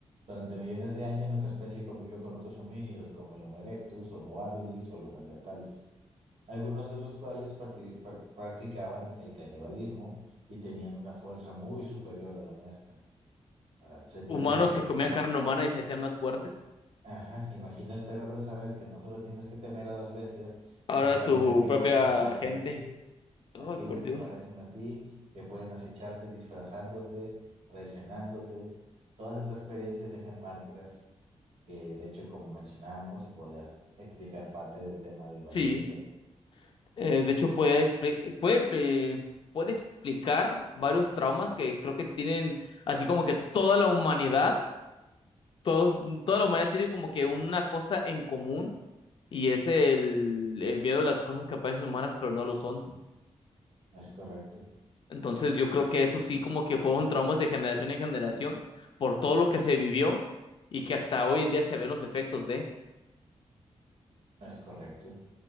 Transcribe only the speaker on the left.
Humanos
que comían carne humana y se hacían más fuertes.
Ahora
tu
propia
gente.
Ay,
por Dios.
Sí.
Eh, de hecho, puede, expli- puede, expli- puede explicar varios traumas que creo que tienen, así como que toda la humanidad, todos- toda la humanidad tiene como que una cosa en común y es el, el miedo a las cosas que parecen humanas, pero no lo son.
Entonces, yo creo que eso sí como que fueron traumas de generación en generación por todo lo que se vivió y que hasta hoy en día se ven los efectos de...